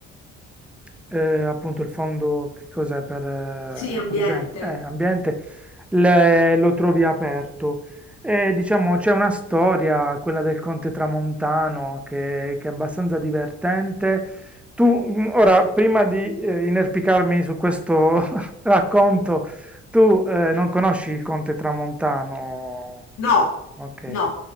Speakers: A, in the centre; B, on the left (about 60°).
A: eh, appunto il fondo, che cos'è per, eh,
B: Sì, ambiente.
A: presente, eh, ambiente, le- lo trovi aperto. E, diciamo c'è una storia, quella del Conte Tramontano, che, che è abbastanza divertente. Tu, mh, ora, prima di eh, inerpicarmi su questo <laughs> racconto, tu eh, non conosci il Conte Tramontano?
B: No,
A: Ok.
B: no.